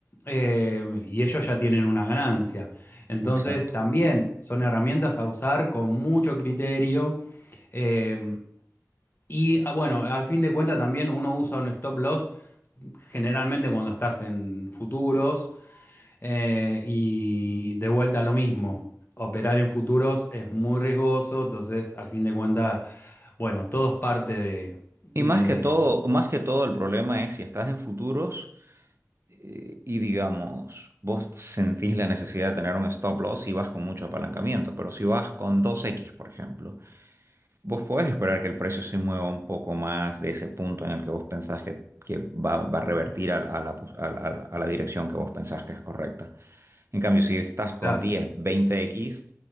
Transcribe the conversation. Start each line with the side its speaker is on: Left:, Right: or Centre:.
Left: eh, y ellos ya tienen una ganancia. Entonces
Right: exacto.
Left: también son herramientas a usar con mucho criterio. eh, y ah, bueno, al fin de cuentas también uno usa un stop loss generalmente cuando estás en futuros eh, y de vuelta lo mismo, operar en futuros es muy riesgoso, entonces al fin de cuentas, bueno, todo es parte de, de-
Right: Y más que todo, más que todo el problema es si estás en futuros eh, y digamos, vos sentís la necesidad de tener un stop loss y vas con mucho apalancamiento, pero si vas con dos x por ejemplo, vos podés esperar que el precio se mueva un poco más de ese punto en el que vos pensás que, que va, va a revertir a, a la, pos- a la a a la dirección que vos pensás que es correcta. En cambio, si estás con
Left: claro,
Right: diez, veinte x